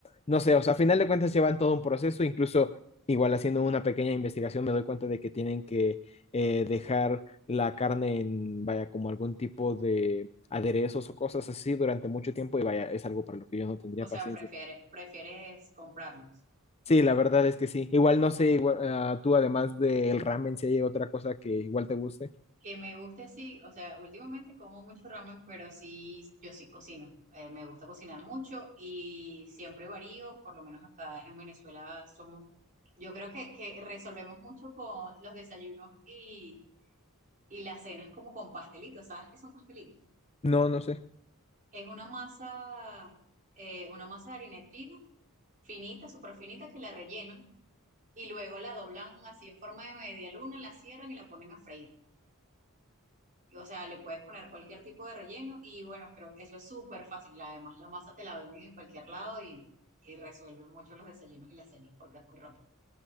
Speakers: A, on the left; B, on the right.
A: no sé, o sea, a final de cuentas llevan todo un proceso, incluso igual haciendo una pequeña investigación me doy cuenta de que tienen que eh, dejar la carne en, vaya, como algún tipo de aderezos o cosas así durante mucho tiempo y vaya, es algo para lo que yo no tendría
B: O sea,
A: paciencia.
B: prefieres, prefieres comprarlos.
A: Sí, la verdad es que sí. Igual no sé, igual, ah, tú además del ramen, si hay otra cosa que igual te guste.
B: Que me guste así, o sea, últimamente como mucho ramen, pero sí, yo sí cocino. Eh, me gusta cocinar mucho y siempre varío, por lo menos acá en Venezuela somos, yo creo que, que resolvemos mucho con los desayunos y, y las cenas como con pastelitos, ¿sabes qué son pastelitos?
A: No, no sé.
B: Es una masa, eh, una masa de harina de trigo finita, súper finita, que la rellenan y luego la doblan así en forma de media luna, la cierran y la ponen a freír. O sea, le puedes poner cualquier tipo de relleno y bueno, creo que eso es súper fácil. Además, la masa te la venden en cualquier lado y, y resuelve mucho los desayunos y las cenas porque es muy rápido.